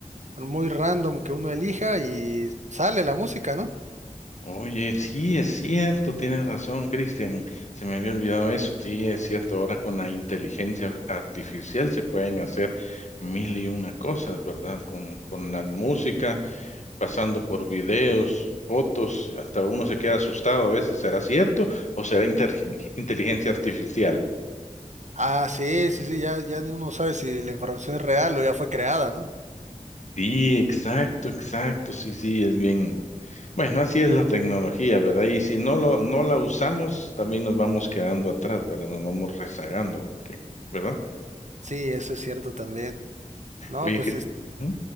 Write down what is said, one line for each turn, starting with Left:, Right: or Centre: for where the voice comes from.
Right: muy random que uno elija y sale la música, ¿no?
Left: Oye, sí, es cierto, tienes razón, Cristian. Se me había olvidado eso. Sí, es cierto, ahora con la inteligencia artificial se pueden hacer mil y una cosas, ¿verdad? Con, con la música, pasando por videos, fotos, hasta uno se queda asustado a veces. ¿Será cierto o será inter- inteligencia artificial?
Right: Ah, sí, sí, sí, ya, ya ni uno sabe si la información es real o ya fue creada, ¿no?
Left: Sí, exacto, exacto, sí, sí, es bien. Bueno, así es la tecnología, ¿verdad? Y si no lo, no la usamos, también nos vamos quedando atrás, ¿verdad? Nos vamos rezagando, ¿qué- ¿verdad?
Right: Sí, eso es cierto también. No,
Left: Oye,
Right: pues
Left: ¿qué?
Right: es-
Left: ¿Mm?